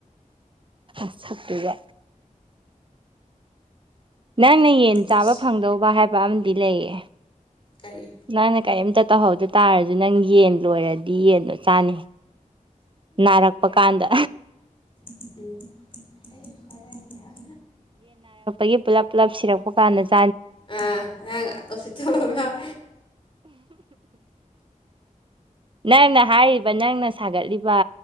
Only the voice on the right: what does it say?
ꯑꯄꯒ ꯅꯪꯅ ꯌꯦꯟ ꯆꯥꯕ
ꯐꯪꯗꯧꯕ ꯍꯥꯏꯕ ꯑꯃꯗꯤ ꯂꯩꯌꯦ
ꯅꯪꯅ ꯀꯔꯤꯝꯇ ꯇꯧꯍꯧꯗ ꯇꯥꯔꯁꯨ ꯅꯪ ꯌꯦꯟ ꯂꯣꯏꯔꯗꯤ ꯌꯦꯟꯗꯣ ꯆꯥꯅꯤ ꯅꯥꯔꯛꯄ ꯀꯥꯟꯗ
ꯒꯤ ꯄꯨꯂꯞ ꯄꯨꯂꯞ ꯁꯤꯔꯛꯄ ꯀꯥꯟꯗꯁꯦ
ꯅꯪꯅ ꯍꯥꯏꯔꯤꯕ ꯅꯪꯅ ꯁꯥꯒꯠꯂꯤꯕ